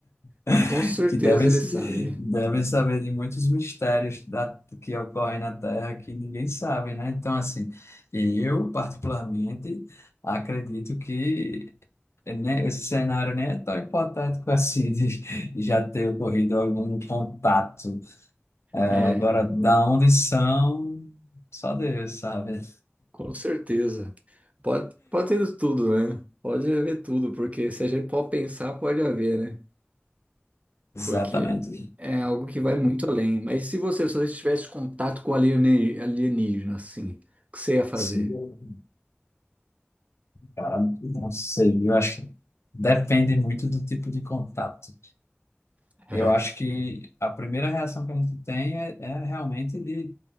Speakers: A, on the left; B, on the right.
A: <laughs>
B: Ah, com certeza
A: que devem,
B: ele sabe.
A: devem saber de muitos mistérios da, que ocorrem na Terra que ninguém sabe, né? Então, assim, eu particularmente acredito que né, esse cenário nem é tão hipotético assim de já ter ocorrido algum contato. Agora,
B: É,
A: da onde são, só Deus sabe.
B: com certeza. Pode, pode ter tudo, né? Pode haver tudo, porque se a gente for pensar, pode haver, né?
A: Exatamente.
B: Porque é algo que vai muito além. Mas e se você, se você tivesse contato com aliene- alienígena, assim, o que você ia fazer?
A: Sim. Cara, não sei, eu acho que depende muito do tipo de contato.
B: <laughs>
A: Eu acho que a primeira reação que a gente tem é, é realmente de